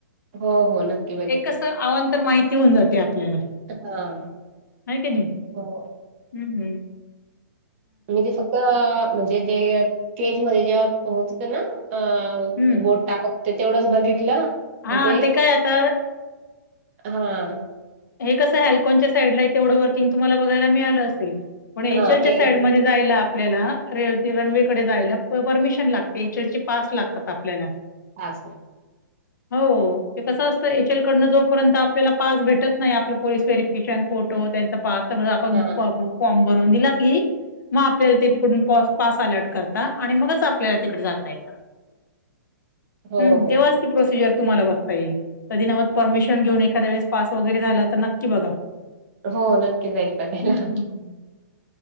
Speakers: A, on the right; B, on the left.
A: हो-हो नक्की बघेल.
B: एक कसं अवांतर माहिती होऊन जाते आपल्याला.
A: हां.
B: हाय का नाही
A: हो.
B: हम्म-हम्म.
A: मी ते फक्त म्हणजे जे केज मध्ये जेव्हा पोहोचते ना अ
B: हं.
A: गोठ टाकत होते तेवढंच बघितलं
B: हां,
A: ते
B: काय आता
A: हा.
B: हे कस हॅल्कॉनच्या साईड ला आहे तेवढं वर्किंग तुम्हाला बघायला मिळालं असेल पण एच
A: हां,
B: एलच्या
A: एअर
B: साईड मध्ये जायला आपल्याला र रनवेकडे जायला परमिशन लागते एच एल चे पास लागतात आपल्याला.
A: असा.
B: हो ते कसं असत. एच एल कडन जोपर्यंत आपल्याला पास भेटत नाय आपलं पोलीस व्हेरफिकेशन फोटो त्यांचा पास सगळ आपण
A: हां.
B: फॉर्म भरून दिला की मग आपल्या ते तिकडून पास अलर्ट करता आणि मगच आपल्याला तिकडे जाता येतं.
A: हो,
B: हम्म,
A: हो.
B: तेव्हाच ती प्रोसिजर तुम्हाला बघता येईल कधी नव परमिशन घेऊ एखाद्या वळेस पास जरी झालं तर नक्की बघा.
A: हो, नक्की जाईल बघायला.
B: हम्म,